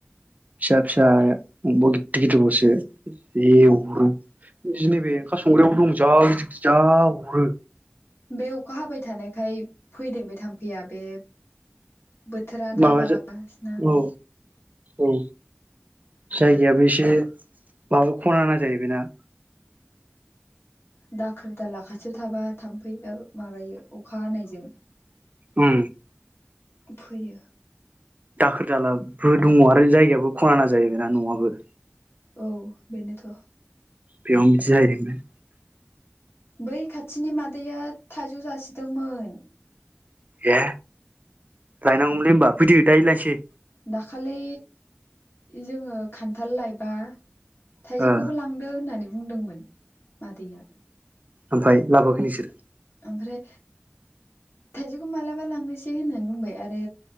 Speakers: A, on the right; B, on the left.
A: फिसा फिसा गिदिर गिदिर बावसो जि अरो नैबे ओंखाम संग्रायावबो दं जा गिदिर गिदिर जा अरो।
B: बे अखा हाबाय थानायखाय फैदों बे थाम्फैया बे बोथोरा दा
A: माबा
B: माबागासिनोना।
A: जा औ औ जायगायाबो एसे माबा खना ना जाहैबायना।
B: दाखोर दाला खाथियाव थाबा थाम्फैयाबो माबायो अखा हानायजों।
A: उम
B: फैयो।
A: दाखोर दालाबो दङ आरो जायगायाबो खनाना जाहैबायना न'आबो।
B: औ बेनोथ'
A: बेयावनो बिदि जाहैदों बे ।
B: बै खाथिनि मादैया थाइजौ जासिदोंमोन।
A: ए लायनांगौमोनलै होनबा फैदो दायो लायनोसै।
B: दाखालि जोङो खान्थाल लायबा थाइजौखौबो
A: ओ
B: लांदो होननानै बुंदोंमोन मादैया
A: ओमफ्राय लाबोआखै नोंसोरो?
B: ओमफ्राय थाइजौखौ मालाबा लांनोसै होननानै बुंबाय आरो